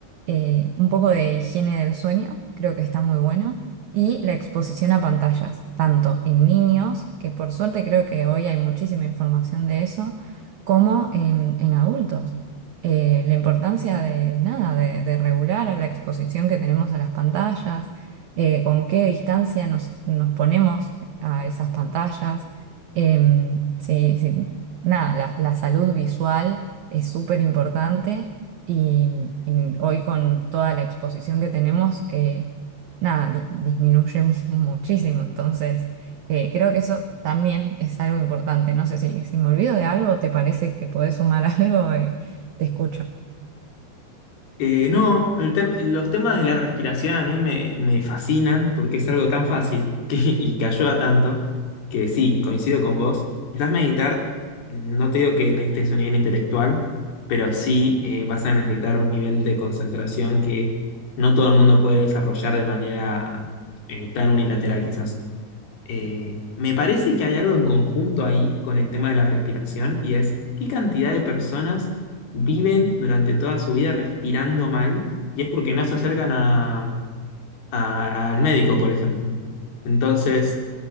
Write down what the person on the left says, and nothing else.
Eh, no, el tem- los temas de la respiración a mí me, me fascinan porque es algo tan fácil <laughs> que, y que ayuda tanto que sí, coincido con vos. Quizás meditar, no te digo que necesites un nivel intelectual, pero sí eh, vas a necesitar un nivel de concentración que no todo el mundo puede desarrollar de manera eh, tan unilateral quizás. Eh, me parece que hay algo en conjunto ahí con el tema de la respiración y es qué cantidad de personas viven durante toda su vida respirando mal y es porque no se acercan a, a- al médico, por ejemplo. Entonces,